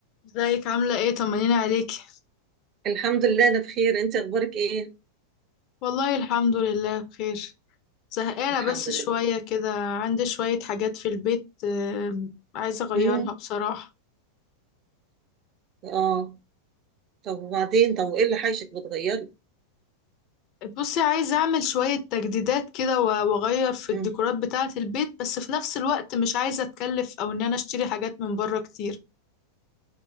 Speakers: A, on the left (about 40°); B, on the right (about 35°).
A: ازيك عاملة ايه طمنيني عليكي
B: الحمد لله انا بخير انت اخبارك ايه
A: والله الحمد لله بخير زهقانة
B: الحمد
A: بس شوية
B: لله
A: كده عندي شوية حاجات في البيت آم، عايزة اغيرها
B: امم
A: بصراحة
B: اه طب وبعدين طب وايه اللي حايشك بتغيري
A: بصي عايزة اعمل شوية تجديدات كده و- واغير في الديكورات
B: امم
A: بتاعة البيت بس في نفس الوقت مش عايزة اتكلف او ان انا اشتري حاجات من بره كتير